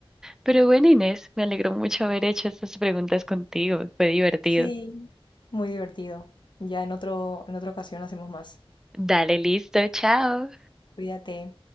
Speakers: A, in the centre; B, on the left.
A: Pero bueno, Inés, me alegró mucho haber hecho estas preguntas contigo. Fue divertido.
B: Sí, Muy divertido. Ya en otro, en otra ocasión hacemos más.
A: Dale, listo, chao.
B: Cuídate.